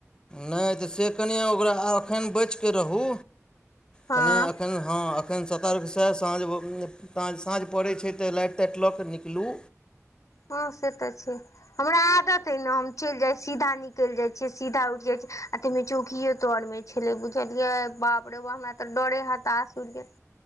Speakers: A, on the left (about 15°); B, on the left (about 85°).
A: नहि तऽ से कनि, आ ओकरा एखन बचि क रहू। कने
B: हँ
A: एखन हँ एखन सतर्कसँ साँझ ताँ साँझ पड़ै छै तऽ लाइट टेट लक निकलू।
B: हँ से तऽ छै, हमरा आदत हइ ने हम चलि जाइ सीधा निकलि जाइ छै सीधा उठि जाय छै आ तै मे चौकिये तर में छलै बुझलियै, बाप रे बाप हमरा तऽ डरे हताश उड़ि गेल।